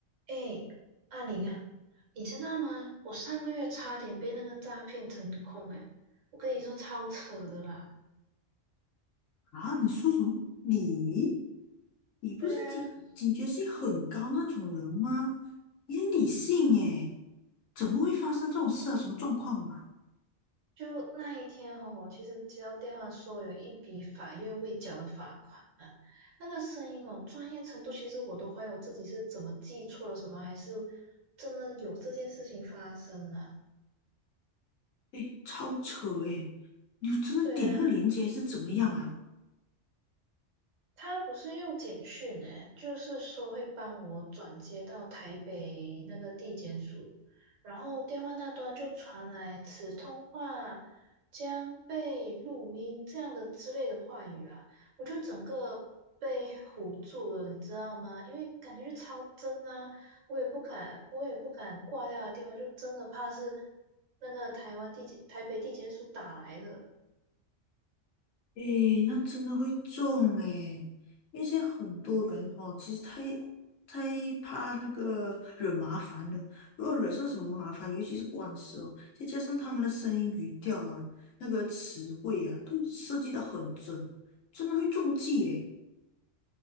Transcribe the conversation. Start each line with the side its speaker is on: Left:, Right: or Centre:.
Right: 哎，阿玲啊，你知道吗？我上个月差点被那个诈骗成功哎，我跟你说超扯的啦。
Left: 啊，你说什么？你你不是警警觉性很高那种人吗？
Right: 对啊，
Left: 你很理性诶，怎么会发生这种事啊？什么状况啊？
Right: 就那一天哈、我其实接到电话说有一笔法院未缴的罚款啊，那个声音哦，专业程度其实我都怀疑我自己是怎么记错了什么，还是真的有这件事情发生了。
Left: 诶，超扯诶！你真的点那个链接还是怎么样啊？
Right: 对啊，他不是用简讯诶，就是说会帮我转接到台北那个地检署，然后电话那端就传来“此通话将被录音”这样的之类的话语啦，我就整个被唬住了，你知道吗？因为感觉是超真啊，我也不敢，我也不敢挂掉的电话，就真的怕是那个台湾地检、台北地检署打来的。
Left: 诶，那真的会中诶，因为现在很多人哦，其实太太怕那个惹麻烦了。如果惹上什么麻烦，尤其是官司哦，再加上他们的声音语调啊，那个词汇啊，都设计得很准，真的会中计诶。